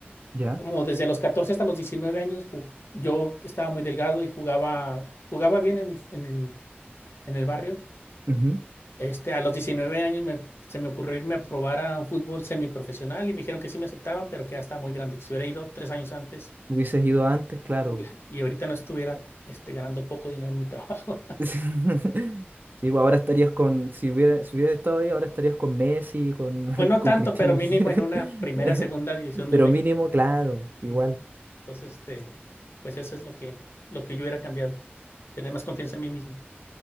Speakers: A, on the right; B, on the left.
A: ya.
B: como desde los 14 hasta los 19 años, ju- yo estaba muy delgado y jugaba, jugaba bien en el, en el, en el barrio.
A: ujú.
B: Este, a los 19 años me- se me ocurrió irme a probar a un fútbol semiprofesional y me dijeron que sí me aceptaban, pero que ya estaba muy grande, que si hubiera ido tres años antes
A: Hubieses ido antes, claro.
B: hubi- y ahorita no estuviera este, ganando poco dinero en mi trabajo. <laughs>
A: <laughs> Sí, pues ahora estarías con, si hubiera, si hubiera estado ahí, ahora estarías con Messi, con,
B: Pues no
A: <laughs> con
B: tanto,
A: Cristiano.
B: pero mínimo
A: <laughs>
B: en una primera, segunda división
A: Pero
B: de México.
A: mínimo, claro, igual.
B: Y- entonces, este, pues eso es lo que, lo que yo hubiera cambiado, tener más confianza en mí mismo.